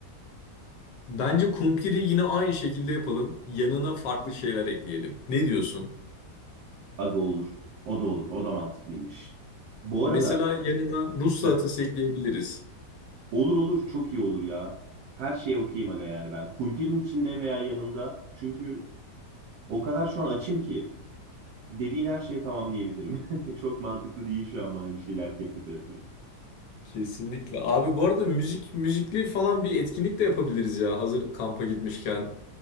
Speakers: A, on the left (about 90°); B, on the right (about 80°).
A: Bence kumpiri yine aynı şekilde yapalım. Yanına farklı şeyler ekleyelim. Ne diyorsun?
B: Aga olur. O da olur. O da mantıklıymış. Bu
A: Mesela
B: arada
A: yanına Rus salatası
B: heh,
A: ekleyebiliriz.
B: olur olur çok iyi olur ya. Her şeye okuyayım aga yani ben. Kumpirin içinde veya yanında. Çünkü o kadar şu an açım ki dediğin her şeye tamam diyebilirim. <laughs> Çok mantıklı değil şu an bana bir şeyler teklif etmek.
A: Kesinlikle. Abi bu arada müzik müzikli falan bir etkinlik de yapabiliriz ya hazır kampa gitmişken.